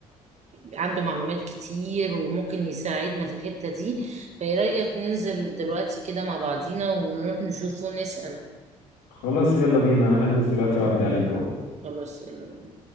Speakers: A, on the right (about 40°); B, on the left (about 70°).
A: عنده معلومات كتير وممكن يساعدنا في الحتة دي فايه رأيك ننزل دلوقتي كده مع بعضينا ونروح نشوفه ونسأل
B: خلاص يلا بينا انا هلبس دلوقتي واعدي عليك اهو
A: خلاص يلا